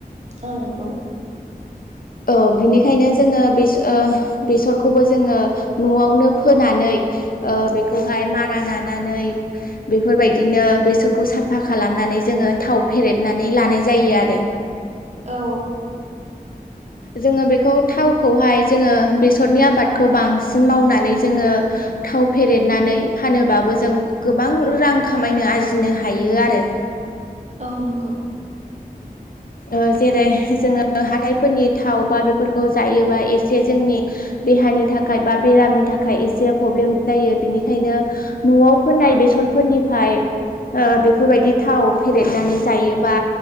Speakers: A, on the right; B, on the left.
A: औ नंगौ
B: औ बिनिखायनो जोङो बे ओ बेसरखौबो जोङो न'आवनो फोनानै ओ बेखौहाय मारा नानानै बेफोरबायदिनो बेसरखौ साफा खालामनानै जोङो थाव फेरेदनानै लानाय जायो आरो
A: औ
B: जोङो बेखौ थावखौहाय जोङो बेसरनि आबादखौ बांसिन मावनानै जोङो थाव फेरेेदनानै फानोबाबो जों गोबां रां खामायनो आरजिनो हायो आरो
A: औ नंगौ
B: ओ जेरै जोङो हाथायफोरनि थाव बा बेफोरखौ जायोबा एसे जोंनि देहानि थाखाय बा बेरामनि थाखाय एसे प्रब्लेम जायो बिनिखायनो न'आव फोनाय
A: ओं
B: बेसरफोरनिफाय ओ बेफोरबायदि थाव फेरेदनानै जायोबा